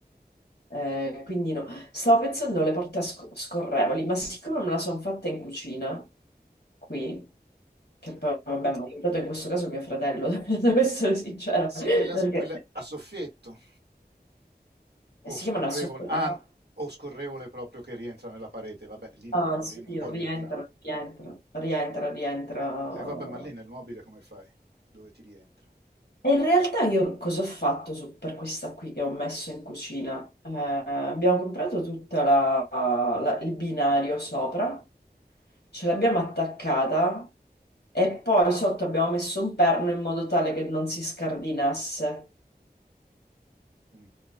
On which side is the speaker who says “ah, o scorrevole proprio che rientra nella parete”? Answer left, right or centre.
Right